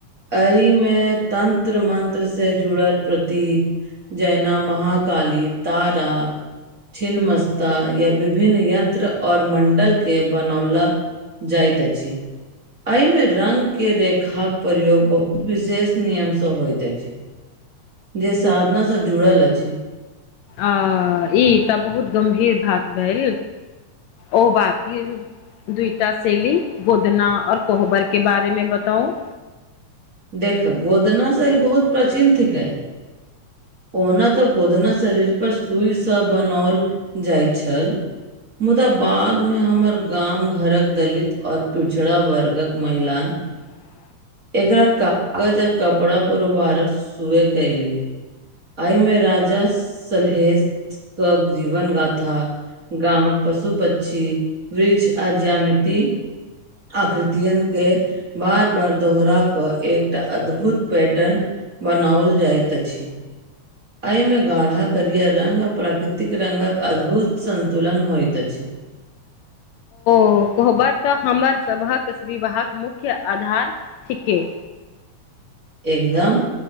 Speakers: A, on the right; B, on the left.
A: एहि मे तंत्र मंत्र से जुड़ल प्रतीक। जैना महा काली तारा छिनमस्ता या विभिन्न यंत्र आओर मंडल के बनौला जाइत अछि। एहि मे रंग के रेखाक प्रयोग बहुत विशेष नियमसँ होइत अछि। जे साधनासँ जुड़ल अछि।
B: अ ई तऽ बहुत गम्भीर बात भेल ओ बाकि दुई टा शैली गुदना आओर कोहबर केँ बारे मे बताउ
A: देख गोदना शैली बहुत प्राचीन थिकेँ ओना तऽ गोदना शरीर पर सूइसँ बनाओल जाइ छल मुदा बाद मे हमर गाम घरक दलित आओर पिछड़ा वर्गक महिलान
B: <inaudible>
A: एकरा कागज आर कपड़ा पर उभारक सुऐ केली आइ मे राजा सलहेज कऽ जीवन गाथा गामक पशु पछी वृक्ष आ जामिती आकृतियन केँ बार - बार दोहरा कऽ एकटा अद्भुत पैटर्न बनाओल जाइत अछि एहिमे गाढ़ा करियर रंग आ प्राकृतिक रंगक अद्भुत संतुलन होइत अछि
B: ओ कोहबर तऽ हमर सभक विवाहक मुख्य आधार थिकेँ
A: एकदम